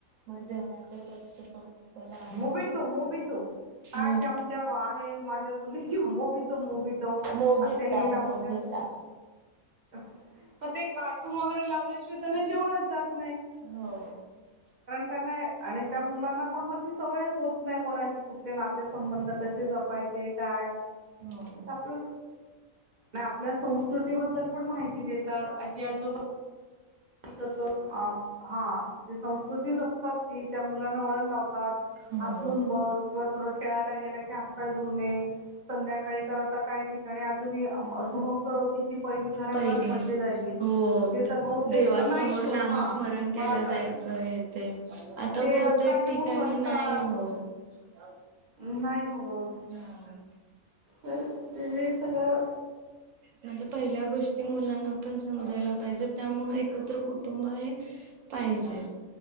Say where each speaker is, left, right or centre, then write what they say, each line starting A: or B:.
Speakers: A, on the right; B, on the right.
A: मग जेवण्याकडे लक्ष पण नसतं लहान
B: मोबी
A: मुलांचं
B: तो मोबी तो काय
A: मो
B: आमच्या आहे माझ्या सुनेची मो भी तो मोब तो
A: नोबिता
B: आता हे लावून
A: नोबिता
B: द्या ते मग ते कार्टून वगैरे लावल्याशिवाय त्यांना जेवणच जात
A: हो
B: नाही आणि त्या मुलांना पण मग ती सवय होत नाही कोणाची कुठले नातेसंबंध कसे जपायचे काय
A: हो
B: आप आपल्या संस्कृतीबद्दल कोण माहिती देतात आजी आजोबा कस हा आपली संस्कृती जपतात ती त्या मुलांना वळण लावतात
A: हो
B: हात धुून बस किंवा थोडं खेळायला गेला की हात पाय धुऊ नये संध्याकाळी तर आता काही ठिकाणी अजून शुभंकर होती जी पहिली घराघरात
A: पहिले
B: म्हटली जायची.
A: हो
B: ते तर बहुतेक
A: देवासमोर
B: नाहीच होत
A: नामस्मरण
B: हा पण
A: केलं
B: आता
A: जायचं हे ते आता
B: ते
A: बहुतेक
B: घेऊन
A: ठिकाणी
B: बसतात
A: नाही होत
B: नाही होत
A: हा
B: तर वेळी सगळं
A: म्हणजे पहिल्या गोष्टी मुलांना पण समजायला पाहिजे त्यामुळे एकत्र कुठ कुु हे पाहिजे